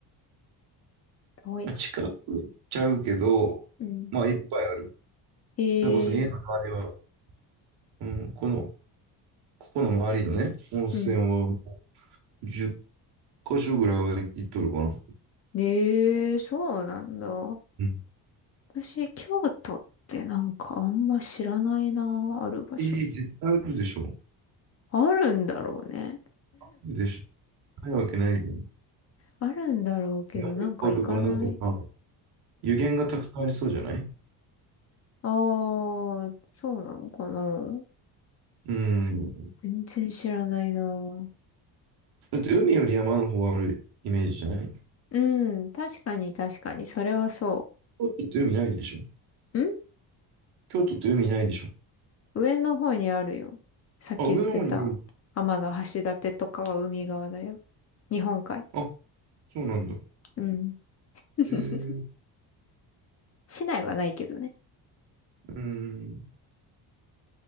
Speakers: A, on the left; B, on the right.
A: 遠いな。
B: まあ近くちゃうけど、
A: うん。
B: まあ、いっぱいある。
A: ええ
B: それこそ家の周りは、うん、この、ここの周りのね、温泉はもう
A: うん。
B: 10箇所ぐらいは行っとるかな。
A: ええそうなんだ。
B: うん、
A: 私、京都ってなんかあんま知らないな、ある場所。
B: ええ絶対あるでしょ。
A: あるんだろうね。
B: でしょ。ないわけないじゃん。
A: あるんだろうけど、
B: 山いっぱいあるからなんかさ、
A: なんか行かない。ん
B: 湯源がたくさんありそうじゃない
A: ああー、そうなのかな。
B: うん。
A: 全然知らないな。
B: だって海より山の方があるイメージじゃない
A: うん、確かに確かに、それはそ
B: 京都って海ないでしょ
A: う。ん
B: 京都って海ないでしょ
A: 上の方にあるよ。さっき言ってた、
B: あ、上の方にあるんだ。
A: 天橋立とかは海側だよ。日本海。
B: あ、そうなんだ。
A: うん。<laughs>
B: えー、
A: 市内はないけどね。
B: うーん、